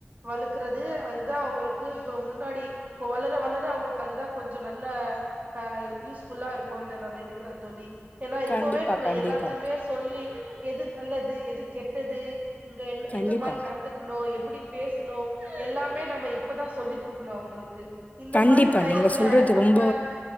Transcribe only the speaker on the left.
கண்டிப்பா
கண்டிப்பா
கண்டிப்பா
கண்டிப்பா
நீங்க சொல்றது
ரொம்ப